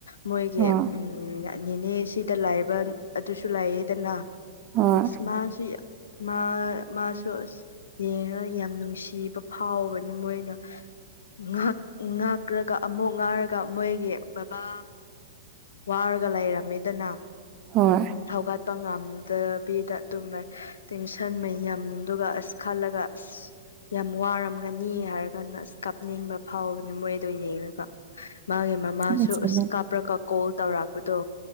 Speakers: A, on the left (about 80°); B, on the right (about 40°).
A: ꯃꯣꯏꯒꯤ
B: ꯍꯣꯏ
A: ꯎꯝ ꯅꯤꯅꯦ ꯁꯤꯗ ꯂꯥꯏꯕ ꯑꯗꯨꯁꯨ ꯂꯥꯏꯑꯦꯗꯅ
B: ꯍꯣꯏ
A: ꯃꯥꯁꯤ <unintelligible> ꯃꯥ ꯃꯥꯁꯨ ꯑ꯭ꯁ ꯌꯦꯡꯔ ꯌꯥꯝ ꯅꯨꯡꯁꯤꯕ ꯐꯥꯎꯕꯅꯦ ꯃꯣꯏꯅ ꯉꯥꯛ ꯉꯥꯛꯔꯒ ꯑꯃꯨꯛ ꯉꯥꯏꯔꯒ ꯃꯣꯏꯒꯤ ꯕꯕꯥ ꯋꯥꯔꯒ ꯂꯩꯔꯝꯃꯤꯗꯅ
B: ꯍꯣꯏ
A: ꯍꯧꯒꯠꯄ ꯉꯝꯗꯕꯤꯗ ꯑꯗꯨꯝ ꯂꯩ ꯇꯦꯟꯁꯟ ꯃꯌꯥꯝꯗꯨꯒ ꯑꯁ ꯈꯜꯂꯒ ꯑꯁ ꯌꯥꯝ ꯋꯥꯔꯝꯒꯅꯤ ꯍꯥꯏꯔ ꯑ꯭ꯁ ꯀꯞꯅꯤꯡꯕ ꯐꯥꯎꯕꯅꯦ ꯃꯣꯏꯗꯣ ꯌꯦꯡꯔꯒ ꯃꯥꯒꯤ ꯃꯃꯥꯁꯨ
B: ꯑꯗꯨꯅꯦ
A: ꯑꯁ ꯀꯞꯔꯒ ꯀꯣꯜ ꯇꯧꯔꯛꯄꯗꯣ